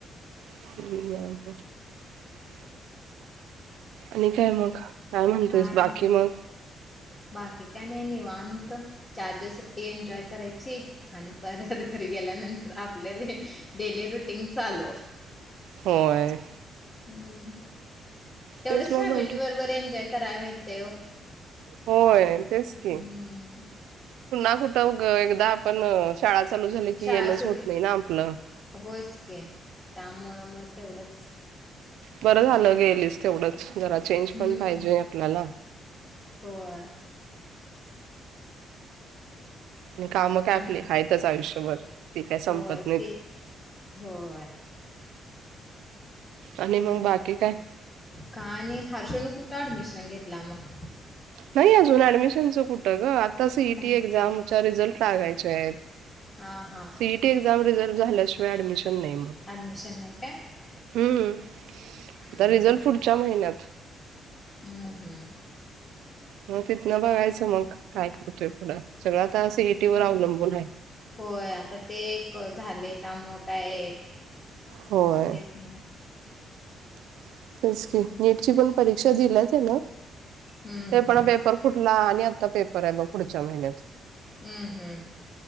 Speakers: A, on the right; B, on the left.
A: <unintelligible> ब <inaudible> आणि काय मग? म्हणतेस
B: काय
A: बाकी
B: नाही.
A: मग
B: बाकी काय नाही निवांत. चार दिवस सुट्टी एन्जॉय करायची- आणि <unintelligible> घरी गेल्यानंतर आपल्या र डेली रुटीन चालू.
A: होय.
B: हम्म तेवढंच
A: तेच मग
B: फॅमिली
A: म्हंटलं
B: बरोबर एन्जॉय व्हय ते ओ
A: होय तेच
B: हम्म
A: की. पुन्हा कुठं ग एकदा आपण शाळा चालू झाली
B: शाळा
A: की येणंच
B: सुरू
A: होत नाही ना आपलं
B: होयच की त्यामुळे म तेवढंच
A: बरं झालं गेलीस तेवढंच जरा चेंज
B: हम्म
A: पण पाहिजे आपल्याला.
B: होय.
A: आणि कामं काय
B: आणि
A: आपली आहेताच आयुष्यभर, ती काय संपत
B: होय
A: नाहीत.
B: ते होय
A: आणि मग बाकी काय
B: काय नाही. हर्ष न कुठे ऍडमिशन घेतल मग?
A: नाही अजून ऍडमिशनचं कुठं ग आता आता सी ई
B: नाही
A: टी एक्झामचे रिझल्ट लागायचे आहेत.
B: हा हा
A: C E T exam result झालंच ऍडमिशन नाही मग,
B: ऍडमिशन नाही काय
A: हम्म, आता
B: हम्म
A: रिझल्ट
B: हम्म
A: पुढच्या महिन्यात.
B: हम्म हम्म.
A: मग तिथन बघायचं मग काय करतोय पुढं सगळं आता सी ई टी वर अवलंबून आहे.
B: होय आता ते एक झाले त्यामुळं काय
A: होय
B: हेच नाही
A: <unintelligible> नीटची पण परीक्षा दिलय ती
B: हम्म
A: ते
B: हम्म
A: पण पेपर फुटला आणि आता पेप बरंय मग पुढच्या महिन्यात
B: हम्म हम्म.